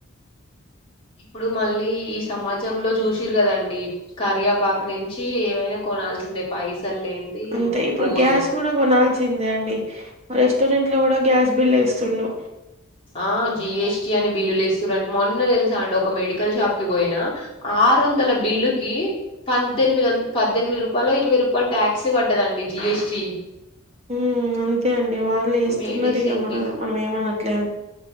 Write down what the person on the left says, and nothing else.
ఇప్పుడు మళ్ళీ ఈ సమాజంలో చూసిరు కదండి కరియాపాక నుంచి ఏవైనా కొన కాల్సిందే పైసలు ఏంటి
పోదు
ఆ జిఎస్టి అని బిల్లులుస్తుారని మొన్న తెలుసా అండి ఒక మెడికల్ షాప్ కి పోయినా ఆరు వందల బిల్లుకి పనిమిది పద్దెనిమిది రూపాయలు ఇరవై రూపాయలు టాక్స్ పడ్డదండి జి జి స్ టీ
మెడిసిన్
కి